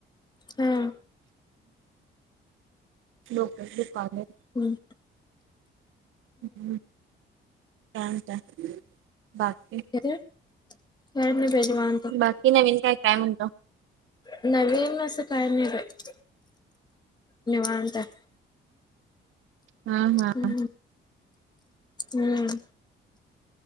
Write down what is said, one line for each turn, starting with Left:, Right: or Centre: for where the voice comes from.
Left: हम्म.
Right: लोकल डिपार्टमेंट
Left: हम्म
Right: हम्म हम्म. काय म्हणताय बाकी?
Left: येतोय? काय नाही बाई निवांत.
Right: बाकी नवीन काय काय म्हणता?
Left: नवीन असं काय नाही बाई निवांत आहे.
Right: हा हा.
Left: हम्म हम्म.